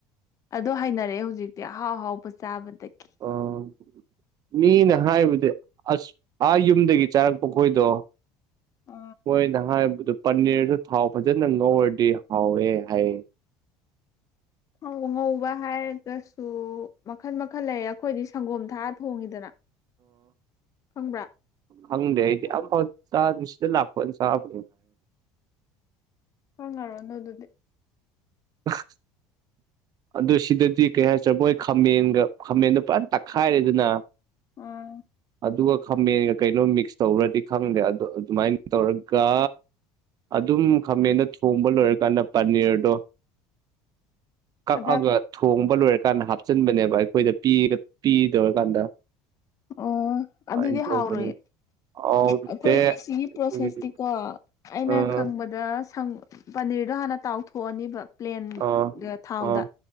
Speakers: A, on the left; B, on the right.
A: ꯑꯗꯣ ꯍꯥꯏꯅꯔꯛꯑꯦ ꯍꯧꯖꯤꯛꯇꯤ ꯑꯍꯥꯎ ꯑꯍꯥꯎꯕ ꯆꯥꯕꯗꯒꯤ
B: ꯑꯥ ꯃꯤꯅ ꯍꯥꯏꯕꯗꯤ ꯑꯁ ꯑꯥ ꯌꯨꯝꯗꯒꯤ ꯆꯥꯔꯛꯄ ꯈꯣꯏꯗꯣ
A: ꯑ
B: ꯃꯣꯏꯅ ꯍꯥꯏꯕꯗ ꯄꯅꯤꯔꯗꯨ ꯊꯥꯎ ꯐꯖꯅ ꯉꯧꯔꯗꯤ ꯍꯥꯎꯋꯦ ꯍꯥꯏꯌꯦ
A: ꯍꯧ ꯉꯧꯕ ꯍꯥꯏꯔꯒ ꯃꯈꯜ ꯃꯈꯜ ꯂꯩꯌꯦ ꯑꯩꯈꯣꯏꯗꯤ ꯁꯪꯒꯣꯝ ꯊꯥꯔ ꯊꯣꯡꯉꯤꯗꯅ ꯈꯪꯕ꯭ꯔꯥ
B: ꯍꯪꯗꯦ ꯑꯩꯗꯤ ꯑꯐꯥꯎ ꯆ ꯁꯤꯗ ꯂꯥꯛꯄ ꯆꯕ
A: ꯈꯪꯉꯨꯔꯅꯣ ꯑꯗꯨꯗꯤ
B: <unintelligible> ꯑꯗꯨ ꯁꯤꯗꯗꯤ ꯀꯩ ꯍꯥꯏꯁꯤꯔꯦ ꯃꯣꯏ ꯈꯥꯃꯦꯟꯒ ꯈꯥꯃꯦꯟꯗꯣ ꯄꯨꯔꯥ ꯇꯛꯈꯥꯏꯔꯦꯗꯅ
A: ꯎꯝ
B: ꯑꯗꯨꯒ ꯈꯥꯃꯦꯟꯒ ꯀꯩꯅꯣ ꯃꯤꯛꯁ ꯇꯧꯕ꯭ꯔꯗꯤ ꯈꯪꯗꯦ ꯑꯗꯣ ꯑꯗꯨꯃꯥꯏꯅ ꯇꯧꯔꯒ ꯑꯗꯨꯝ ꯈꯥꯃꯗ ꯊꯣꯡꯕ ꯂꯣꯏꯔꯀꯥꯟꯗ ꯄꯅꯤꯔꯗꯣ ꯀꯛꯑꯒ
A: ꯊꯥꯗꯕ
B: ꯊꯣꯡꯕ ꯂꯣꯏꯔꯀꯥꯟꯗ ꯍꯥꯞꯆꯤꯟꯕꯅꯦꯕ ꯑꯩꯈꯣꯏꯗ ꯄ ꯄꯤꯗꯧꯔꯀꯥꯟꯗ
A: ꯑꯣ
B: ꯑꯗꯨꯃꯥꯏꯅ
A: ꯑꯗꯨꯗꯤ
B: ꯇꯧꯕꯅꯦ
A: ꯍꯥꯎꯔꯣꯏꯌꯦ
B: ꯍꯥꯎꯇꯦ
A: ꯑꯩꯈꯣꯏꯒꯤ ꯁꯤꯒꯤ
B: ꯑꯩꯈꯣꯏꯒꯤꯗꯤ
A: ꯄ꯭ꯔꯣꯁꯦꯁꯇꯤꯀꯣ ꯑꯩꯅ
B: ꯑꯥ
A: ꯈꯪꯕꯗ ꯑꯗꯪ <unintelligible> ꯄꯅꯤꯔꯗꯣ ꯍꯥꯟꯅ ꯇꯥꯎꯊꯣꯛꯑꯅꯤꯕ ꯄ꯭ꯂꯦꯟ
B: ꯑꯥ
A: ꯊꯥꯎꯗ
B: ꯑꯥ